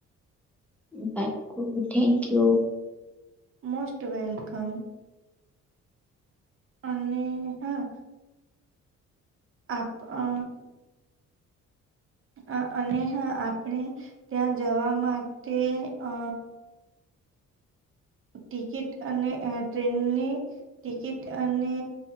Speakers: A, in the centre; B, on the right.
A: બાકુ થેન્ક યુ.
B: Most welcome. અને હા આપ અ. અ અને હ આપણે ત્યાં જવા માટે અ. ટિકિટ અને અ ટ્રેનની ટિકિટ અને.